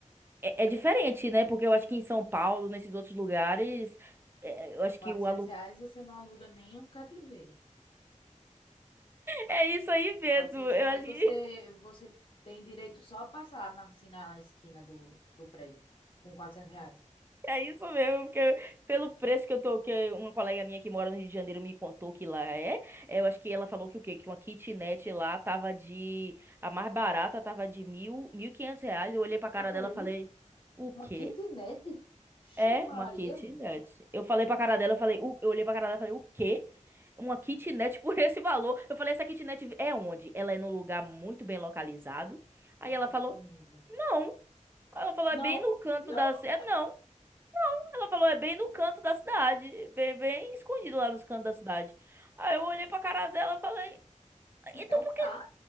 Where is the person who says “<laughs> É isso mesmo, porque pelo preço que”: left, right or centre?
Right